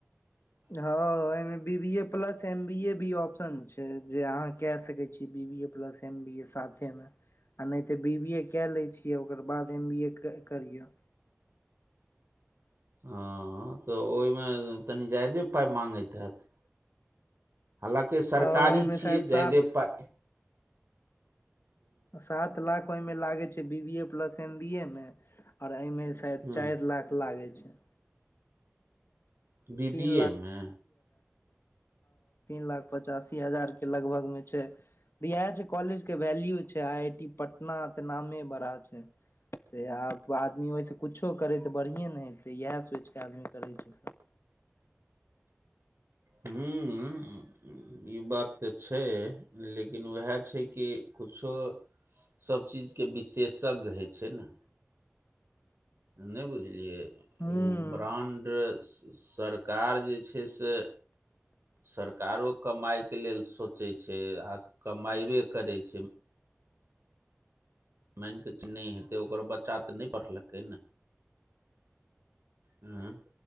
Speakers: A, on the left (about 55°); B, on the right (about 60°).
A: हँ ऐमे B B A plus M B A भी ऑप्शन छै जे अहाँ के सके छीए B B A plus M B A सा ऐमे आ नहि तऽ बी बी ए कए लै छियै ओकर बाद एम बी ए करियौ
B: हँ तऽ ओहिमे तनि ज्यादे पाइ मांगैत हैत हालाँकि सरकारी
A: हँ ओहिमे
B: छियै
A: शायद
B: जायदेव
A: सात
B: पा
A: सात लाख ओहिमे लागे छै B B A plus M B A मे एहिमे शायद
B: हूँ
A: चारि लाख लागै छै <inaudible> हं
B: बी
A: तीन
B: बी ए मे
A: लाख पचासी हजार के लगभग मे छै इहे कॉलेज के वैल्यू छै आइ आइ टी पटना तऽ नामे बड़ा छै तऽ आब आदमी ओहिसे कुछो करैत त बढ़िएँ ने हेतै इएह सोचि कऽ आदमी करै छै सब
B: हूं हूं ई बात तऽ छै लेकिन उएह छै कि कुछो सबचीजके विशेषज्ञ होइ छै ने नहि बुझलियै
A: हूँ
B: ब्राण्ड सरकार जे छै से सरकारो कमाइके लेल सोचै छै आ कमायबे करै छै मानि क नहि हेतै ओकर बच्चा तऽ नहि पढ़लकै उं